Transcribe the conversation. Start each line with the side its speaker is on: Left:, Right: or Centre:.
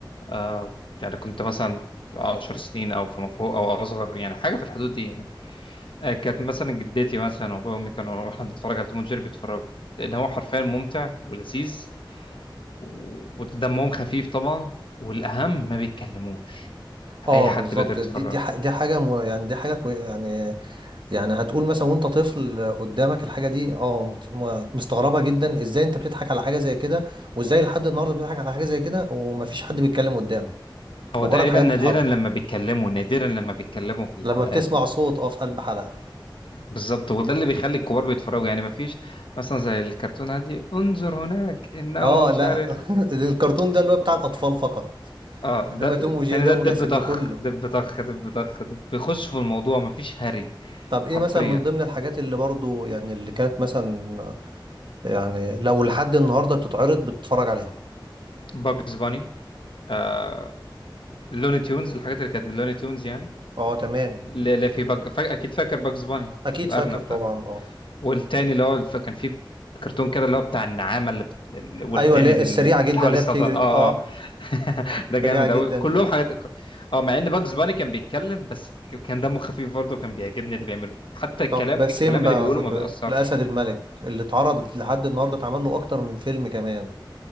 Left: آه يعني كنت مثلا في 10 سنين او فما فوق او اصغر يعني حاجه في الحدود دي يعني آه كانت مثلا جدتي مثلا وابويا وامي كانوا واحنا بنتفرج على توم وجيري بيتفرجوا لان هو حرفيا ممتع ولذيذ و- ودمهم خفيف طبعا والاهم ما بيتكلموش
Right: اه
Left: اي حد
Right: بالظبط
Left: بيقدر يتفرج
Right: دي دي ح- دي حاجه م- يعني دي حاجه كوي يعني يعني هتقول مثلا وانت طفل قدامك الحاجه دي اه مت- م- مستغربها جدا ازاي انت بتضحك على حاجه زي كده وازاي لحد النهارده بتضحك على حاجه زي كده ومفيش حد بيتكلم قدام
Left: هو
Right: مجرد
Left: تقريبا
Right: حاجات
Left: نادرا
Right: بتتحرك
Left: لما بيتكلموا نادرا لما بيتكلموا في الحلقات
Right: لما بتسمع صوت اه في قلب حلقه
Left: بالظبط وده اللي بيخلي الكبار بيتفرجوا يعني مفيش مثلا زي الكرتون عادي انظر هناك انه
Right: اه
Left: مش
Right: لا
Left: عارف إيه.
Right: <laughs> الكرتون ده اللي هو بتاع
Left: اه
Right: الاطفال فقط
Left: آه،
Right: انما
Left: ده
Right: توم
Left: التاني
Right: وجيري ده
Left: ده دب
Right: مناسب
Left: طخ
Right: لكله
Left: دب طخ دب طخ دب بيخش في الموضوع مفيش هري
Right: طب ايه
Left: حرفيا
Right: مثلا من ضمن الحاجات اللي برضو يعني اللي كانت مثلا يعني لو لحد النهارده بتتعرض بتتفرج عليها
Left: باجز باني آه لوني تيونز الحاجات اللي كانت من لوني تيونز يعني
Right: اه تمام
Left: لا لا في بج... فا... اكيد فاكر باجز باني
Right: اكيد
Left: الارنب
Right: فاكر طبعا
Left: ده
Right: اه
Left: والتاني اللي هو ف- كان فيه كرتون كده اللي هو بتاع النعامة اللي بت... اللي- والتاني
Right: ايوه اللي هي
Left: اللي
Right: السريعه جدا
Left: حوالي
Right: اللي
Left: الصدى
Right: هي بتجري
Left: اه
Right: دي اه
Left: اه <laughs> ده جامد
Right: سريعه جدا
Left: قوي كلهم
Right: دي
Left: حاجات اه مع ان باجز باني كان بيتكلم بس ك- كان دمه خفيف برضه كان بيعجبني اللي بيعمله حتى الكلام
Right: طب سيمبا
Left: الكلام اللي بيقوله
Right: كنت
Left: ما بيأثرش
Right: الاسد الملك اللي اتعرضت لحد النهارده اتعمل له اكتر من فيلم كمان